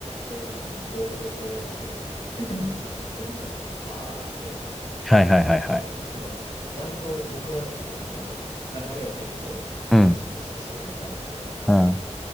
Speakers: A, on the left (about 70°); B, in the centre.
A: で、でも、冒頭とね、<clears throat> まあ、結論みたいなところもバーって読んで
B: はいはいはいはい。
A: だと思うんですけど、まあ、割と僕は結構その、流れを結構
B: うん。
A: 意識して読みたいので、
B: うん。あ